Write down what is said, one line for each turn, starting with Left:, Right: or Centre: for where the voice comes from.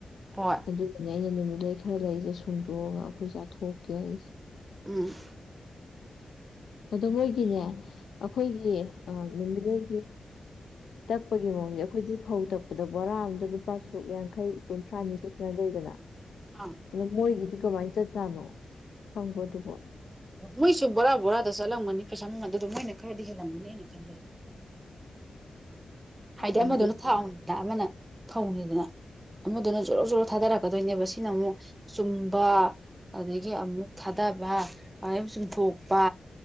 Right: ꯍꯣꯏ
Left: ꯑꯗꯨ ꯑ ꯑꯩꯅ ꯅꯨꯃꯤꯠꯂꯩ ꯈꯔ ꯂꯩꯔꯤꯁꯦ ꯁꯨꯡꯗꯣꯛꯑꯒ ꯑꯈꯣꯏ ꯆꯥꯊꯣꯛꯀꯦ ꯑꯩ
Right: ꯎꯝ
Left: ꯑꯗꯣ ꯃꯣꯏꯒꯤꯅꯦ ꯑꯈꯣꯏꯒꯤ ꯅꯨꯃꯤ ꯂꯩꯩꯒꯤ ꯇꯛꯄꯒꯤ ꯃꯑꯣꯡꯖꯦ ꯑꯈꯣꯏꯗꯤ ꯐꯧ ꯇꯛꯄꯗ ꯕꯣꯔꯥ ꯑꯝꯗ ꯂꯨꯄꯥ ꯁꯣꯛ ꯌꯥꯡꯈꯩ ꯀꯨꯟꯊ꯭ꯔꯥ ꯅꯤꯐꯨ ꯁꯨꯃꯥꯏꯟ ꯂꯩꯗꯅ <inaudible>
Right: ꯑꯥꯡ
Left: ꯑꯗꯣ ꯃꯣꯏꯒꯤꯗꯤ ꯀꯃꯥꯏꯅ ꯆꯠꯆꯥꯥꯅꯣ ꯈꯪꯕꯣ ꯑꯗꯨꯕꯣ
Right: ꯑꯣ ꯃꯣꯏꯁꯨ ꯕꯣꯔꯥ ꯕꯣꯔꯥꯗ ꯆꯠꯂꯝꯒꯅꯤ ꯄꯩꯁꯥ ꯃꯃꯟ ꯑꯗꯨꯗꯣ ꯃꯣꯏꯅ ꯈꯔꯗꯤ ꯍꯦꯜꯂꯝꯒꯅꯤ ꯑꯩꯅ ꯈꯟꯕꯗ ꯍꯥꯏꯗꯤ
Left: ꯎꯝ
Right: ꯑꯃꯗꯨꯅ ꯊꯥꯎꯅꯤꯗꯅ ꯑꯃꯅ ꯊꯧꯅꯤꯗꯅ ꯑꯃꯗꯨꯅ ꯖꯣꯔꯣꯛ ꯖꯣꯔꯣꯛ ꯊꯥꯗꯔꯛꯀꯗꯣꯏꯅꯦꯕ ꯁꯤꯅ ꯃꯨꯛ ꯆꯨꯝꯕ ꯑꯗꯒꯤ ꯑꯃꯨꯛ ꯊꯥꯗꯕ <unintelligible> ꯆꯨꯝꯊꯣꯛꯄ